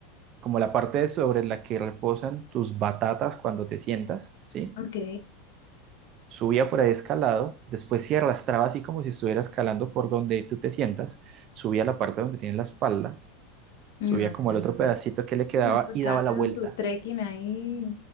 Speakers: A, on the right; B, on the left.
A: como la parte sobre la que reposan tus batatas cuando te sientas, ¿sí?
B: Ok.
A: Subía por ahí escalado, después se arrastraba así como si estuviera escalando por donde tú te sientas, subía la parte donde tienes la espalda, subía
B: No.
A: como el otro pedacito que le quedaba
B: Bueno, pues
A: y
B: estaba
A: daba
B: haciendo
A: la vuelta.
B: su trekking ahí.